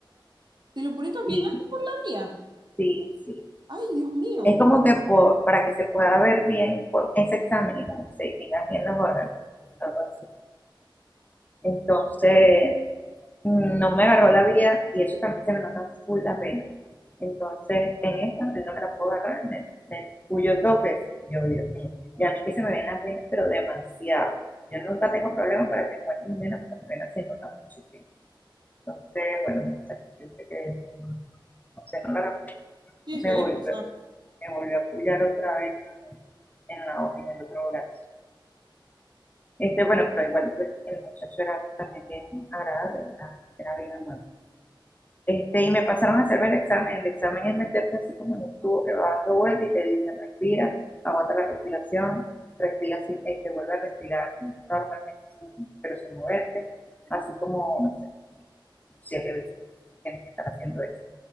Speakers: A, on the right; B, on the left.
A: ¿Te lo ponen también
B: Sí,
A: ahí por la vía?
B: sí, sí.
A: Ay, Dios mío.
B: Es como que por, para que se pueda ver bien por ese examen y como que se distingan bien los órganos, algo así. Entonces, no me agarró la vía y eso también se me notan full las venas Entonces, en esta, él no me la puedo agarrar, me, me puyó dos veces. Y yo, Dios mío, y a mí que se me ven las venas, pero demasiado. Yo nunca tengo problemas para que cualquier mujer pero me venas se notan muchísimo. Entonces, bueno, no sé, yo que, no sé, no la agarré.
A: Sí, suele
B: Me volvió,
A: pasar.
B: me volvió a puyar otra vez en, la, en el otro brazo. Este, bueno, pero igual pues, el muchacho era también bien agradable, era, era bien amable. Este, y me pasaron a hacerme el examen. El examen es meterte así como en un tubo que va dando vuelta y te dicen respira, aguanta la respiración, respira sin, este, vuelve a respirar normalmente, sin- pero sin moverte, así como, no sé, siete veces tienes que estar haciendo eso.